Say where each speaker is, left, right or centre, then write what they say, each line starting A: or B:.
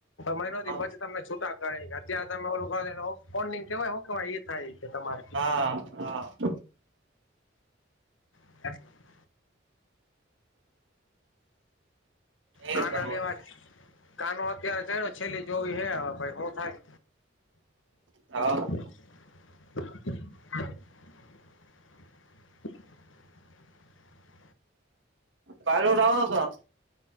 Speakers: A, on the left (about 80°); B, on the right (about 70°).
A: મહિનો
B: હા
A: થી પછી તમને છૂટા કરે અત્યારે તમે ઓલું કરો ફોલ્ડિંગ કેવાય હું કેવાય ઈ થાય છે તમારે
B: હા હાઆ
A: <inaudible>
B: એ
A: કાના
B: કરવું
A: ની
B: છે
A: વાત કાનો અત્યારે થાય છેલ્લી જોવી હે હવે પહિ શું થાય
B: હ અ
A: <inaudible> <inaudible>
B: કાલુ દાવો સો